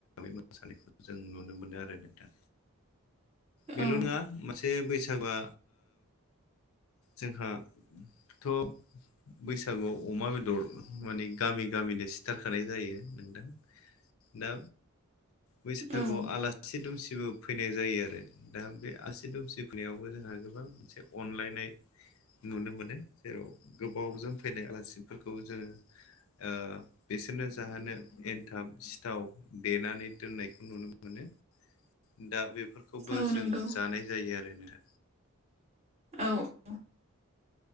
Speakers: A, on the left (about 70°); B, on the right (about 30°).
A: मोसानायखौ जों नुनो मोनो आरो नोंथां। बेल'
B: औ
A: नङा मोनसे बैसागुआ जोंहा ओ थ' बैसागुआव अमा बेदर माने गामि गामिनो सिथारखानाय जायो नोंथाङा। दा बैसागुआव
B: औ
A: आलासि दुमसिबो फैनाय जायो आरो। दा बे आसि दुमसि फुनायावबो जोंहा गोबां मोनसे अनलायनाय। नुनो मोनो जेराव गोबावजों फैनाय आलासिफोरखौ जोङो ओ बिसोरनो जाहोनो एनथाब सिथाव देनानै दोननायखौ नुनो मोनो। दा बेफोरखौबो
B: औ
A: जों
B: नंगौ
A: जानाय जायो आरोना
B: औ औ।